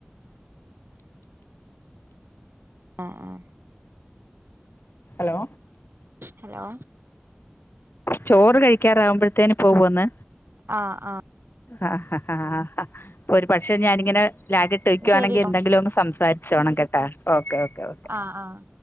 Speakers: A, on the right; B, on the left.
A: ആഹ് ആഹ്
B: ഹലോ
A: ഹലോ
B: ചോറ് കഴിക്കാറാവുമ്പോഴത്തേന് ഇപ്പ പോന്ന്.
A: ആഹ് ആഹ്
B: ആ ആ അപ്പൊ ഒരു പക്ഷെ ഞാനിങ്ങനെ ലാഗിട്ട് വയ്ക്കുവാണെങ്കി
A: ശരിട്ടോ
B: എന്തെങ്കിലും ഒങ്ങ് സംസാരിക് ചോണക്കെട്ടാ ഓക്കെ ഓക്കെ ഓക്കെ
A: ആ ആഹ്